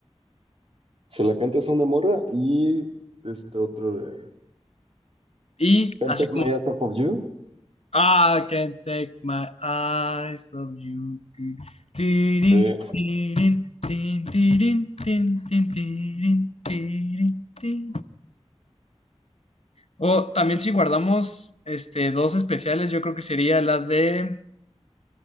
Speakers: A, on the right (about 60°); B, on the left (about 70°).
A: Se la cantas a una morra y este otro de
B: Y
A: Can't
B: así
A: Take
B: como,
A: My Eyes Off of You.
B: I can't take my eyes off you. Tirin,
A: Sí.
B: tirin, tin, tirin, tin, tin, tirin, tirin, tin. O también si guardamos este, dos especiales, yo creo que sería la de,